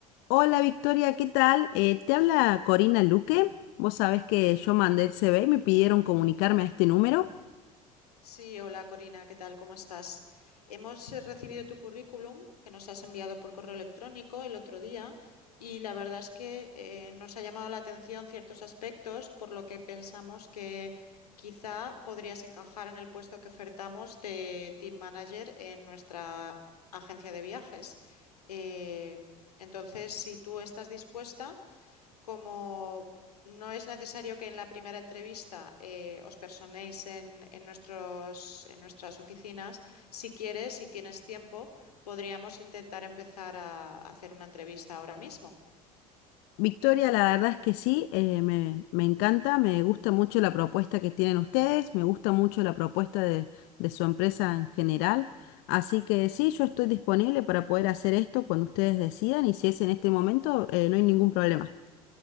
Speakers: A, on the left; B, on the left.
A: Hola Victoria, ¿qué tal? Eh, te habla Corina Luque. Vos sabés que yo mandé el CV y me pidieron comunicarme a este número.
B: Sí, hola Corina, ¿qué tal? ¿Cómo estás? Hemos eh, recibido tu currículum que nos has enviado por correo electrónico el otro día y la verdad es que eh, nos ha llamado la atención ciertos aspectos por lo que pensamos que quizá podrías encajar en el puesto que ofertamos de Team Manager en nuestra agencia de viajes. Eh, entonces, si tú estás dispuesta... Como no es necesario que en la primera entrevista eh, os personéis en, en nuestros, en nuestras oficinas, si quieres, si tienes tiempo, podríamos intentar empezar a hacer una entrevista ahora mismo.
A: Victoria, la verdad es que sí, eh, me, me encanta, me gusta mucho la propuesta que tienen ustedes, me gusta mucho la propuesta de, de su empresa en general. Así que sí, yo estoy disponible para poder hacer esto cuando ustedes decidan y si es en este momento, eh, no hay ningún problema.